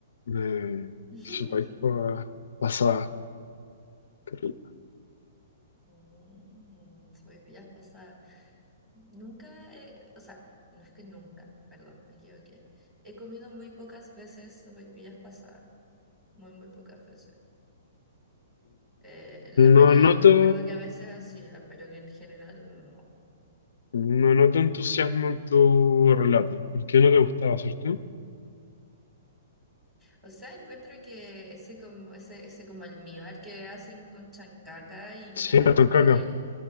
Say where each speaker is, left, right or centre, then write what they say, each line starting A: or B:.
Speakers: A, on the left (about 75°); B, in the centre.
A: de
B: <laughs>
A: sopaippa pasada. qué rico.
B: Mm, Soy pillas pasadas. Nunca, he- o sea, no es que nunca, perdón, me equivoqué. He comido muy pocas veces sopaipillas pasadas, muy, muy pocas veces. Eh, la María
A: No noto,
B: yo me acuerdo que a veces hacía, pero que en general no.
A: no noto entusiasmo en tu relato, porque no te gustaba, ¿cierto?
B: O sea, encuentro que ese como, ese, ese como almíbar que hacen con chancaca y
A: Sí,
B: naranja
A: la toncaca.
B: eh,